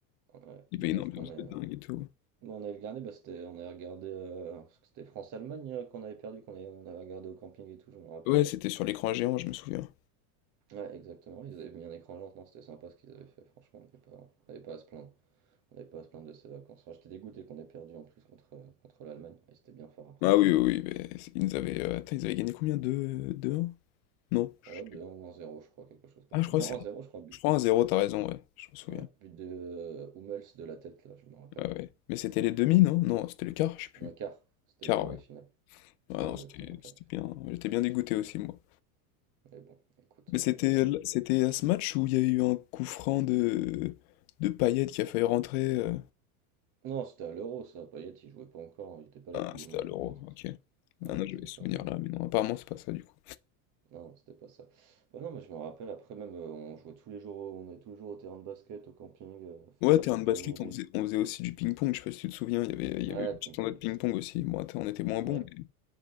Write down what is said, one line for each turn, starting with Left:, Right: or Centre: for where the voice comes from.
Right: Ouais,
Left: Il
Right: dommage
Left: y avait une ambiance
Right: qu'on ait. euh,
Left: de dingue et tout.
Right: Bon, on avait regardé, bah, c'était, on avait regardé, euh, parce que c'était France-Allemagne euh, qu'on avait perdu, qu'on avait, on avait regardé au camping et tout, je me rappelle.
Left: Ouais, c'était sur l'écran géant, je me souviens.
Right: Ouais, exactement. Ils avaient mis un écran géant, non, c'était sympa ce qu'ils avaient fait. Franchement, on n'avait pas, on n'avait pas à se plaindre. On n'avait pas à se plaindre de ces vacances. Enfin, j'étais dégoûté qu'on ait perdu en plus contre, contre l'Allemagne. Et c'était bien fort après.
Left: Ah oui, oui, oui, mais c'est- ils nous avaient, euh, attends, ils avaient gagné combien? deux deux 1 Non, je
Right: ouais
Left: sais plus.
Right: deux un ou un zéro je crois, quelque chose comme
Left: Ah, je
Right: ça.
Left: crois
Right: Non,
Left: que c'est, un-
Right: un zéro je crois, but.
Left: je crois un zéro t'as raison,
Right: But,
Left: ouais, je me souviens.
Right: ouais, but de euh, Hummels de la tête, là, je me rappelle.
Left: Ah ouais. Mais c'était les demi, non? Non, c'était le quart, je sais plus.
Right: Un quart, c'était
Left: Quart,
Right: les quarts
Left: ouais.
Right: de finale.
Left: Ah
Right: Ouais,
Left: non,
Right: exactement,
Left: c'était,
Right: un quart
Left: c'était
Right: de finale.
Left: bien, j'étais bien dégoûté aussi, moi.
Right: Mais bon, écoute.
Left: Mais
Right: euh,
Left: c'était, l- c'était à ce match où il y a eu un coup franc de, de Payet qui a failli rentrer. euh.
Right: Non, c'était à l'Euro, ça. Payet, il jouait pas encore. Il était pas à
Left: Ah,
Right: la Coupe
Left: c'était
Right: du Monde
Left: à
Right: 2014.
Left: l'Euro, ok. Non,
Right: Ouais,
Left: non, j'avais
Right: t'as dû
Left: ce
Right: confondre.
Left: souvenir là, mais non, apparemment c'est pas ça du coup.
Right: Non, non, c'était pas ça. Ouais, non, mais je me rappelle, après même, euh, on jouait tous les jours, au- on est tous les jours au terrain de basket, au camping, euh, faire
Left: Ouais,
Right: des
Left: terrain
Right: petits
Left: de
Right: paniers.
Left: basket, on faisait, on faisait aussi du ping-pong, je sais pas si tu te souviens, il y avait, il
Right: Ouais,
Left: y avait une
Right: le ping-pong.
Left: petite tournoi de ping-pong aussi. Bon, attends, on était moins
Right: Ouais.
Left: bons, mais,